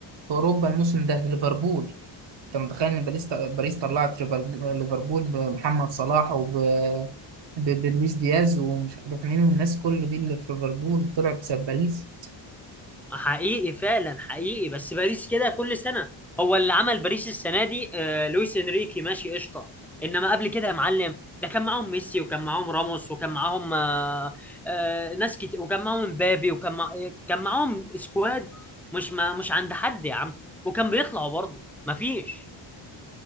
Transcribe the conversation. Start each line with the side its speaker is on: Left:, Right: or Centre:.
Right: في اوروبا الموسم ده ليفربول انت متخيل ان باريس باريس طلعت ريفر- ليفربول بمحمد صلاح وب ب- بلويس دياز ومش عارف مين الناس كل دي اللي في ليفربول طلعت بسبب باريس
Centre: حقيقي فعلا حقيقي بس باريس كده كل سنة هو اللي عمل باريس السنة دي آه لويس انريكي ماشي قشطة انما قبل كده يا معلم ده كان معاهم ميسي وكان معاهم راموس وكان معاهم آه آه ناس كتير وكان معاهم مبابي وكان مع... كان معاهم سكواد مش ما... مش عند حد يا عم وكان بيطلعوا برضه مفيش